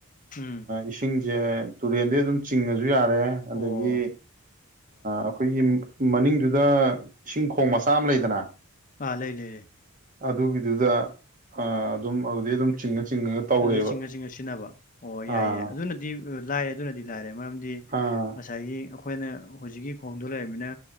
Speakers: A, on the left (about 35°); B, on the right (about 35°).
A: ꯎꯝ
B: ꯏꯁꯤꯡꯁꯦ ꯇꯨꯔꯦꯟꯗꯒꯤ ꯑꯗꯨꯝ ꯆꯤꯡꯉꯁꯨ ꯌꯥꯔꯦ ꯑꯗꯒꯤ
A: ꯑꯣ
B: ꯑꯩꯈꯣꯏꯒꯤ ꯃꯅꯤꯡꯗꯨꯗ ꯏꯁꯤꯡ ꯈꯣꯡ ꯃꯆꯥ ꯑꯃ ꯂꯩꯗꯅ
A: ꯑꯥ ꯂꯩ ꯂꯩ ꯂꯩ
B: ꯑꯗꯨꯒꯤꯗꯨꯗ ꯑ ꯑꯗꯨꯝ ꯑꯗꯨꯗꯩ ꯑꯗꯨꯝ ꯆꯤꯡꯉ ꯆꯤꯡꯉꯒ ꯇꯧꯔꯦꯕ
A: ꯑꯗꯨꯗꯩ ꯆꯤꯡꯉ ꯆꯤꯡꯉ ꯁꯤꯖꯤꯟꯅꯕ ꯑꯣ ꯌꯥꯏ
B: ꯑꯥ
A: ꯌꯥꯏ ꯑꯗꯨꯅꯗꯤ ꯂꯥꯏꯌꯦ ꯑꯗꯨꯅꯗꯤ ꯂꯥꯏꯔꯦ ꯃꯔꯝꯗꯤ
B: ꯑꯥ
A: ꯉꯁꯥꯏꯒꯤ ꯑꯩꯈꯣꯏꯅ ꯍꯧꯖꯤꯛꯀꯤ ꯈꯣꯡꯗꯣ ꯂꯩꯔꯝꯅꯤꯅ